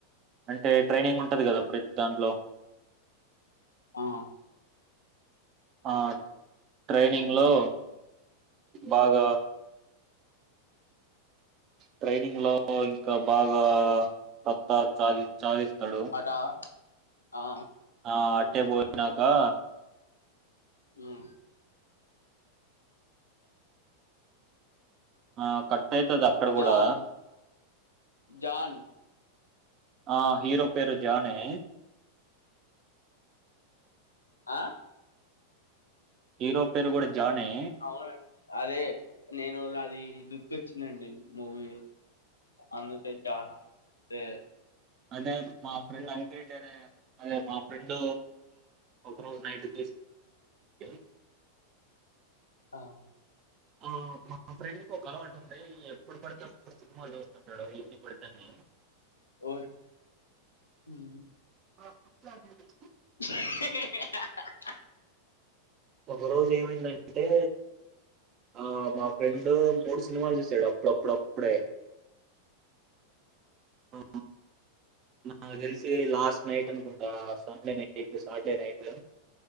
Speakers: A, on the right; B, on the left.
A: అంటే ట్రైనింగ్ ఉంటది కదా ప్రతి దాంట్లో
B: ఆ
A: ఆ ట్రైనింగ్
B: ఉమ్.
A: లో బాగా ట్రైడింగ్ లో ఇంకా బాగా సత్తా చాది చాదిస్తడు
B: అటా ఆ,
A: అట్టే బో ఇనాకా
B: ఉమ్
A: ఆ కట్ టైతదక్కడ కూడా
B: జాన్ జాన్
A: ఆ హీరో పేరు జానే
B: ఆ
A: హీరో పేరు కూడా జానే
B: అవునండీ నేను లది గుర్తొచ్చినండి మూవీ అందుతే <unintelligible>
A: అంటే మా ఫ్రెండ్ అంక్రిడ్ అనే అదే మా ఫ్రెండ్ ఒక రోజు నైట్ <unintelligible>
B: ఆ
A: ఆ మా ఫ్రెండ్కి ఒక అలవాటు ఉంది ఎప్పుడుపడితే అప్పుడు సినిమాల్ చూస్తాడు నడవతిప్పుడుతనేే
B: ఓర్ ఉమ్
A: <inaudible>
B: <inaudible>
A: ఒక రోజు ఏమైందంటే అ ఆ మా ఫ్రెండ్ మూడు సినిమాలు చూసాడు అప్పుడప్పుడప్పుడే అ ఆ తెలిసి లాస్ట్ నైట్ అనుకుంటా Sunday night night Saturday night